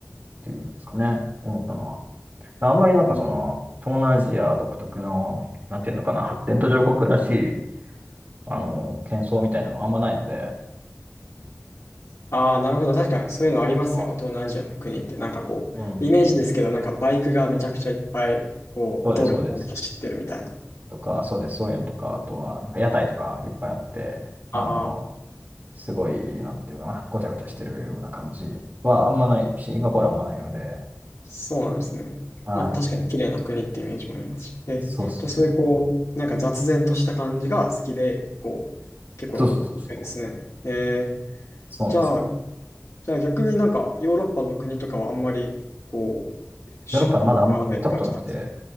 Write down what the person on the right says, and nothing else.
ていうぐらいですかね、思ったのは。あんまりなんかその、
東南アジア独特の、なんていうのかな、発展途上国らしい、あの、喧騒みたいなのあんまないので、
あ
うん、
そうです、
そうです。とか、そうです、そういうのとか、あとは、なんか屋台とかいっぱいあって、
あの、すごい、なんていうかな、ごちゃごちゃしてるような感じはあんまない、シンガポールあんまないので、
はい。
そうそうそう。
そうそうそうそう。
そうなんですよ。
ヨーロッパでまだあん行ったことなくて、